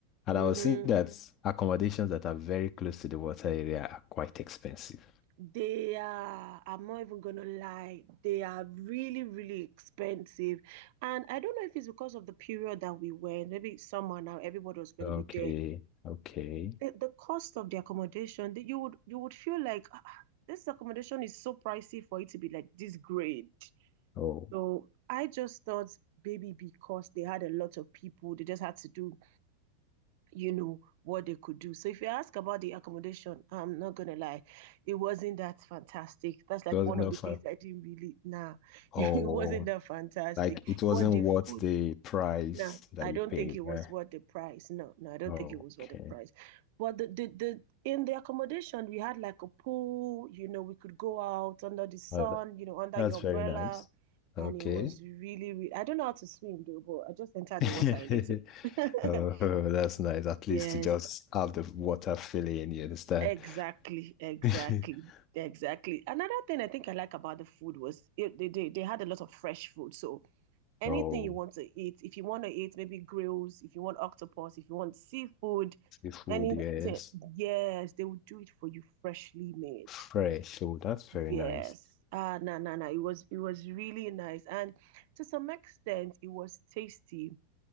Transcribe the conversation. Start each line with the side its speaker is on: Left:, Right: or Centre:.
Left: And
Right: Mm-hmm.
Left: I was seeing that accommodations that are very close to the water area are quite expensive.
Right: They are, I'm not even gonna lie, they are really, really expensive. And I don't know if it's because of the period that we went, maybe summer now, everybody was gonna
Left: Okay,
Right: be there.
Left: okay.
Right: the, the cost of the accommodation that you would you would feel like "Ah, ah, this accommodation is so pricey for it to be like this great.
Left: Oh,
Right: So I just thought maybe because they had a lot of people, they just had to do, you know, what they could do. So if you ask about the accommodation, I'm not gonna lie, it wasn't that fantastic. That's like
Left: it wasn't
Right: one of
Left: that
Right: the
Left: fun.
Right: things I didn't really nah, <laughs>
Left: Oh,
Right: it wasn't that fantastic.
Left: like it wasn't
Right: But the
Left: worth
Right: food,
Left: the price
Right: no,
Left: that
Right: I
Left: you
Right: don't
Left: paid,
Right: think it was
Left: right?
Right: worth the price. No, no, I don't
Left: Okay.
Right: think it was worth the price. But the, the the in the accommodation we had like a pool, you know, we could go out under the sun,
Left: Uh,
Right: you know, under
Left: That's
Right: your
Left: very
Right: umbrella.
Left: nice.
Right: And
Left: Okay.
Right: it was really, really, I don't know how to swim though, but I just entered
Left: <laughs>
Right: the water a little.
Left: Oh,
Right: <laughs>
Left: that's nice. At
Right: Yes,
Left: least to just have the water filling, you understand?
Right: exactly, exactly,
Left: <laughs>
Right: exactly. Another thing I think I like about the food was it, they, they they had a lot of fresh food. So anything
Left: Oh,
Right: you want to eat. If you want to eat maybe grills, if you want octopus, if you want seafood,
Left: seafood,
Right: anything.
Left: yes.
Right: Yes, they will do it for you freshly made.
Left: Fresh. Oh, that's very
Right: Yes.
Left: nice.
Right: Ah, no, no, no. It was it was really nice. And to some extent, it was tasty.